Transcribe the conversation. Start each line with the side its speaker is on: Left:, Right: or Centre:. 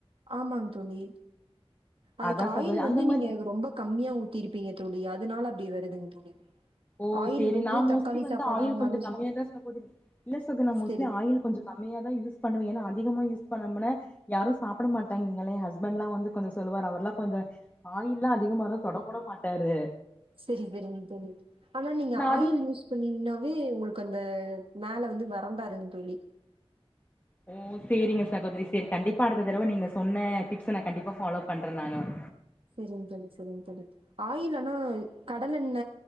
Right: ஆமாங் தோழி அதுக்கு
Left: அதா
Right: ஆயில்
Left: சகோதரி
Right: வந்து
Left: அந்த மாரி
Right: நீங்க ரொம்ப கம்மியா ஊத்திருப்பீங்க தோழி அதுனால அப்டி வருதுங் தோழி
Left: ஓ
Right: ஆயில்
Left: சேரி
Right: வந்து
Left: நா மோஸ்ட்லி
Right: தக்காளி
Left: வந்து
Right: சாப்பாடா
Left: ஆயில்
Right: இருந்தாலு
Left: கொஞ்சொ கம்மியாதா சகோதரி இல்ல சகோ நா மோஸ்லி
Right: சரி.
Left: ஆயில் கொஞ்சொ கம்மியாதா யூஸ் பண்ணுவ ஏன்னா அ திகமா யூஸ் பண்ணோமுனா யாரு சாப்ட மாட்டாங்களே ஹஸ்பண்ட்லா வந்து கொஞ்சொ சொல்லுவார் அவர்லா கொஞ்சொ ஆயில்லா அதிகமானா தொடக்கூட மாட் டாரு
Right: செரி பெரி தோழி ஆனா நீங்க
Left: நா
Right: ஆயில்
Left: அது
Right: யூஸ் பண்ணிங்னாவே உங்ளுக்கந் த மேல வந்து வறண்டாருன் துளி
Left: ஓ சேரிங்க சகோதுரி சேரி கண்டிப்பா அடுத்த தரவ நீங்க சொன்ன டிப்ஸ்ஸ நா கண்டிப்பா ஃபாலோ பண்ற நானுர்
Right: செரிங் தோழி செரிங் தோழி ஆயில்லனா கடலெண்ண